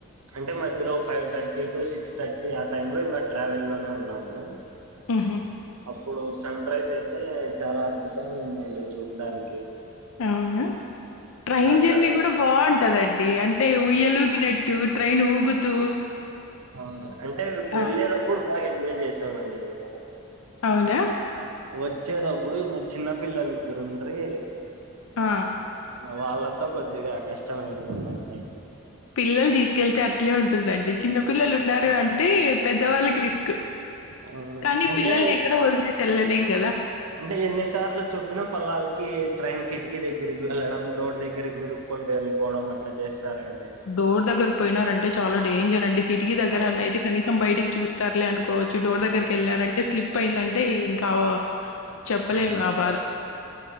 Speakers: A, on the right; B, on the left.
A: అంటే మధ్యలో five thirty to six thirty ఆ టైమ్ లో ఇంకా ట్రావెల్ లోనే ఉన్నాము <inaudible>
B: మ్హు
A: అప్పుడు సన్ రైజ్ అయితే చాలా అద్భుతంగా ఉందండి చూడ్డానికి
B: అవునా ట్రైన్
A: అక్కడ
B: జర్నీ కూడా బాగుంటదం డి అంటే ఉయ్యలుగినట్టు ట్రైన్ ఊగుతూ
A: అవును అంటే వెళ్ళేటప్పుడు
B: ఆ
A: బాగా ఎంజాయ్ చేసాము అండి మేము
B: అవునాా
A: వచ్చేటప్పుడు ఇంగ చిన్న పిల్లలీద్దరుండీ
B: ఆ
A: ఇగ వాళ్ళతో కొద్దిగా కష్టం అయిపోందండి
B: పిల్లలు తీసుకెళ్తే అట్లే ఉంటుందండి చిన్న పిల్లలు ఉం న్నారు
A: ఆ
B: అంటే పెద్దవాళ్ళకి రిస్క్
A: అవునా
B: కానీ
A: అంటే
B: పిల్లల్ని ఎక్కడ వదిలేసి వెళ్ళలేం కదా
A: అంటే ఎన్నిసార్లు చొప్పినా పల్లాలకి ట్రైన్ కిటికి దగ్గరికి వెళ్ళడం డోర్ దగ్గరికి ర్ కొంటు వెళ్ళిపోవడం అట్లా చేస్తారండి
B: డోర్ దగ్గర పోయినారంటే చాల డేంజర్ అండి కిటికి దగ్గర
A: అవును
B: అయితే కనీసం బయటకి చూస్తారులే అనుకోవచ్ చ్చు డోర్ దగ్గరికి వెళ్ళారంటే స్లిప్ అయిందంటే ఇంకా చెప్పలేము
A: అవునండి
B: నా బాధ